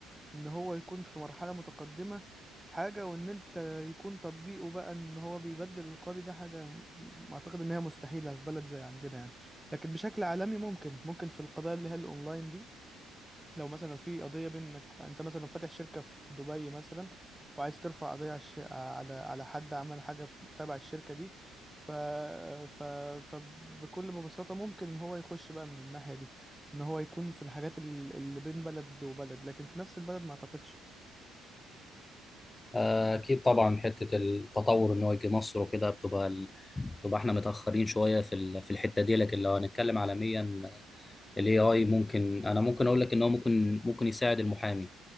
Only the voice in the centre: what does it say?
ان هو يكون في مرحلة متقدمة حاجة وان انت يكون تطبيقه بقى ان هو بيبدل القاضي ده حاجة م- اعتقد ان هي مستحيلة في بلد زي عندنا يعني لكن بشكل عالمي ممكن ممكن في القضايا اللي هي الاونلاين دي لو مثلا في قضية بينك انت مثلا فاتح شركة في دبي مثلا وعايز ترفع قضية على الش- على على حد عمل حاجة في- تبع الشركة دي ف... ف... فبكل ببساطة ممكن ان هو يخش بقى من الناحية دي ان هو يكون في الحاجات ال- اللي بين بلد وبلد لكن في نفس البلد ما اعتقدش